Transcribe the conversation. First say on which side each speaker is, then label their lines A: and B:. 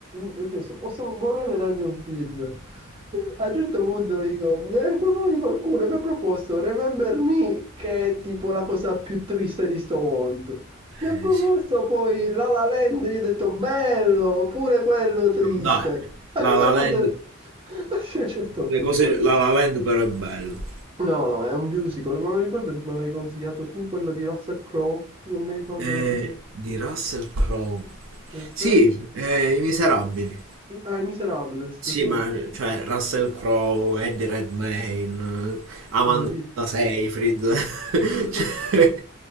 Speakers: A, on the right; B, on the right.
A: gli ho chiesto, "Posso- vorrei vedermi un film. A un certo punto dico, mi hai proponi qualcuno, mi ha proposto Remember Me, che è tipo la cosa più triste di sto mondo. Mi ha
B: Eh,
A: proposto
B: sì.
A: poi La La Land, io ho detto bello, pure quello triste.
B: No, dai,
A: A
B: La
A: un certo
B: La
A: punto,
B: Land
A: <laughs> a un certo punto,
B: Le cose, la La Land però è bello.
A: no, no, è un musical, ma mi ricordo che mi avevi consigliato tu quello di Russell Crowe, non mi ricordo
B: Eh,
A: così che...
B: di Russell Crowe.
A: Toy
B: Sì,
A: Story-
B: eh, I Miserabili.
A: Ah, i Miserables,
B: Sì,
A: sì,
B: ma cioè Russell Crowe, Eddie Redmayne, eh, Amanda
A: bellissimo.
B: Seyfried, <laughs>
A: <laughs>
B: cioè,